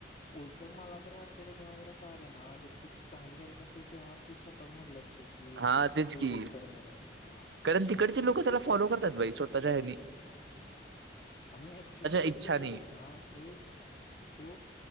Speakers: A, on the left; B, on the right.
A: उलट मला तर वाटलेल्या जेवनीला कळालं ना जर ती चांगली कॅरेक्टर असते तेव्हा ती स्वतःच म्हणली असती की
B: हा
A: एक
B: तेच
A: तू
B: की
A: रुल कर म्हणून ह.
B: कारण तिकडचे लोक त्याला फॉलो करतात बाई स्वतःच्या हेनि.
A: आणि ऍक्चुल मध्ये
B: इच्छानी
A: ते बघितलंस ना ते जो